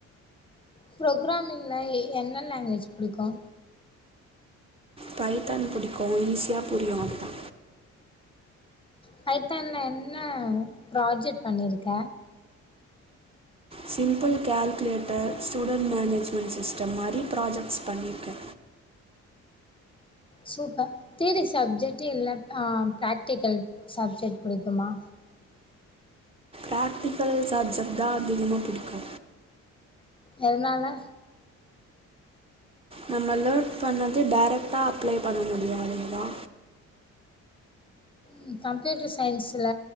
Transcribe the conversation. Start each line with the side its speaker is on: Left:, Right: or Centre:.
Left: ப்ரோக்ராமிங்ல என்ன லேங்வேஜ் புடிக்கு
Right: பைத்தான் புடிக்கு ஈஸியா புரியு அதுதா
Left: பைத்தான்ல என்ன ப்ராஜெக்ட் பண்ணிருக்க
Right: simple calculator student management system மாரி ப்ராஜெக்ட்ஸ் பண்ணிர்க்கே
Left: சூப்பர் தியரி சப்ஜெக்ட் இல்ல ஆ ப்ரேக்டிகல் சப்ஜெக்ட் புடிக்குமா
Right: ப்ரேக்டிகல் சப்ஜெக்ட்தா அதிகமா புடிக்கு
Left: எதனால
Right: நம்ம லேர்ன் பண்ணது டைரக்டா அப்ளை பண்ண முடியு அதுலதா
Left: ம் கம்ப்யூட்டர் சயின்ஸ்ல